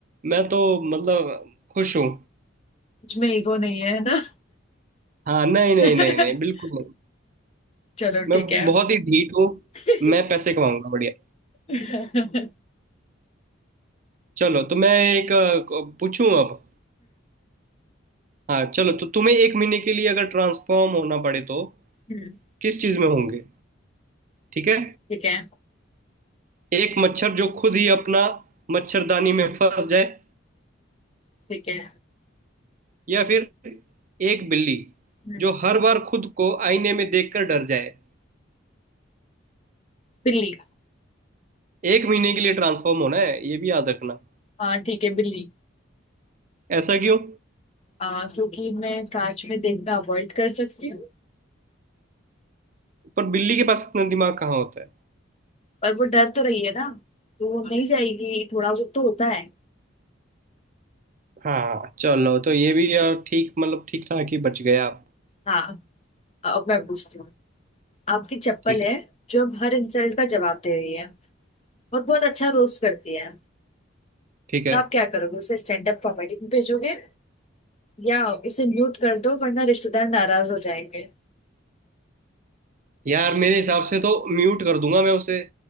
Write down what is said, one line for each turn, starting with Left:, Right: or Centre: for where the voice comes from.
Right: मैं तो मतलब खुश हूँ
Left: में ईगो नहीं है है ना
Right: हाँ नहीं नहीं
Left: <laughs>
Right: नहीं नहीं बिल्कुल नहीं
Left: चलो
Right: मैं
Left: ठीक है
Right: बहुत ही ढीठ हूँ
Left: <laughs>
Right: मैं पैसे कमाऊंगा बढ़िया
Left: हम्म
Right: चलो तो मैं एक अ, क- पूछूं अब हाँ चलो तो तुम्हें एक महीने के लिए अगर ट्रांसफॉर्म होना पड़े तो
Left: हम्म
Right: किस चीज में होंगे ठीक है
Left: ठीक है
Right: एक मच्छर जो खुद ही अपना मच्छरदानी में फंस जाए
Left: ठीक है
Right: या फिर एक बिल्ली
Left: हम्म,
Right: जो हर बार खुद को आईने में देखकर डर जाए
Left: बिल्ली का।
Right: एक महीने के लिए ट्रांसफॉर्म होना है ये भी याद रखना
Left: हाँ ठीक है बिल्ली
Right: ऐसा क्यों
Left: आ, क्योंकि मैं कांच में देखना अवॉइड कर सकती हूँ
Right: पर बिल्ली के पास इतना दिमाग कहाँ होता है
Left: पर वो डर तो रही है ना तो वो नहीं जाएगी थोड़ा बहुत तो होता है
Right: हाँ चलो तो ये भी यार ठीक मतलब ठीक ठाक ही बच गया आप
Left: हाँ अब मैं पूछती हूँ आपकी चप्पल
Right: ठीक
Left: है
Right: है
Left: जो अब हर इंसल्ट का जवाब दे रही है और बहुत अच्छा रोस्ट करती है
Right: ठीक है
Left: तो आप क्या करोगे उसे स्टैंड अप कॉमेडी में भेजोगे या उसे म्यूट कर दो वरना रिश्तेदार नाराज हो जाएंगे
Right: यार मेरे हिसाब से तो म्यूट कर दूंगा मैं उसे